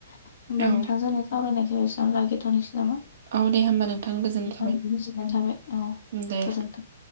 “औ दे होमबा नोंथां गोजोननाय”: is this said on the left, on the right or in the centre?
Right